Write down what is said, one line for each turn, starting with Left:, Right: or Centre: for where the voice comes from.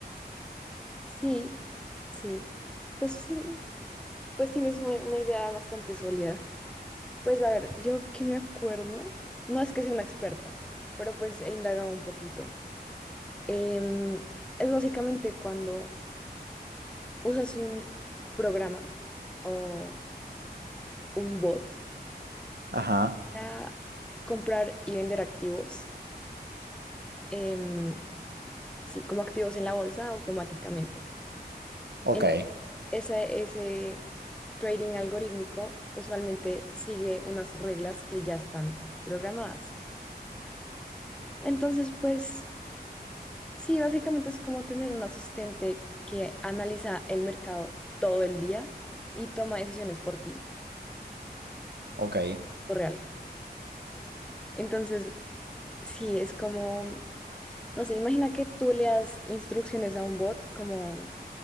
Centre: Sí, sí. Pues sí, pues tienes una, una idea bastante sólida. Pues a ver, yo que me acuerdo, no es que sea una experta, pero pues he indagado un poquito. Em, es básicamente cuando usas un programa o un bot
Right: Ajá,
Centre: para comprar y vender activos, em, sí, como activos en la bolsa automáticamente.
Right: ok,
Centre: En esa- ese trading algorítmico usualmente sigue unas reglas que ya están programadas. Entonces, pues sí, básicamente es como tener un asistente que analiza el mercado todo el día y toma decisiones por ti,
Right: ok.
Centre: por Entonces, sí, es como, no sé, imagina que tú le das instrucciones a un bot como,